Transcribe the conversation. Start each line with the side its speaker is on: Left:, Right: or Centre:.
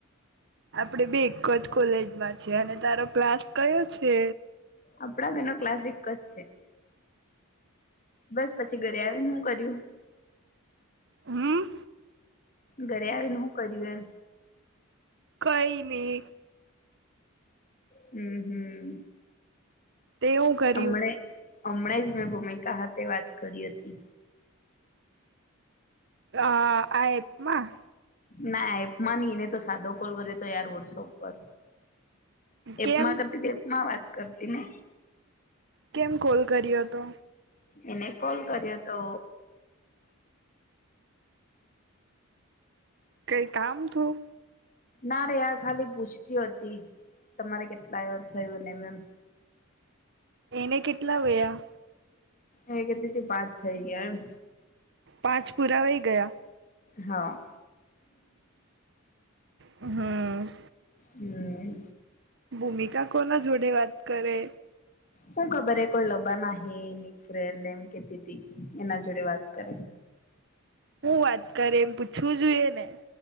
Right: આપડે બે એક જ કોલેજમાં છે અને તારો ક્લાસ કયો છે
Left: આપડા બેનો ક્લાસ એક જ છે બસ પછી ઘરે આવી ને હું કર્યું
Right: હમ
Left: ઘરે આવીને શું કર્યું એમ
Right: કઈનેી
Left: હમ હમ
Right: તે હું કર્યું
Left: હમણે હમણા જ મેં ભૂમિકા સાથે વાત કરી હતી
Right: અ આ એપ માં
Left: ના માની એને તો સાદો કોલ કરી્યો તો યાર વોડ શો ઉપર એપમાં
Right: કેમ
Left: કરતી એપમાં વાત કરતી ને
Right: કેમ કોલ કર્યો હતો
Left: એને કોલ કર્યો તો
Right: કઈ કામ થું
Left: ના રે આ ખાલી પૂછતી હતી તમારે કેટલા એ થયું ને મેમ
Right: એને કેટલા વયા
Left: એ કે દીથી બાદ થઈ ગયા એમ
Right: પાંચ પુરાવાઈ ગયા
Left: હા
Right: હમ
Left: હમ હમ
Right: ભૂમિકા કોના જોડે વાત કરે
Left: હું ખબર હ કોઈ લબા ના એની ફ્રેન્ડ એમ કેતીી એના જોડે વાત કરે
Right: હું વાત કરે એમ પૂછવું જોઈએ ને